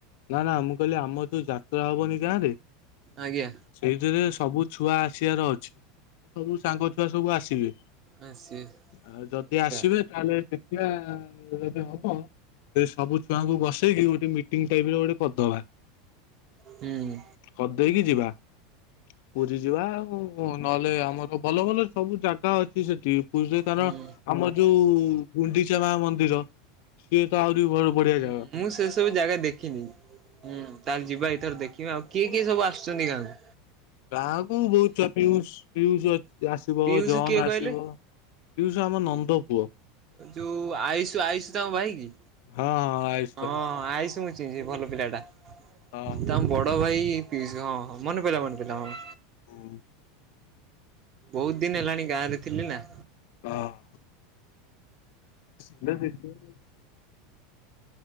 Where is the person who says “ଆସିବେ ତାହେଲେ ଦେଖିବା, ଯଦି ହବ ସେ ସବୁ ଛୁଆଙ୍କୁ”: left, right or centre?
Left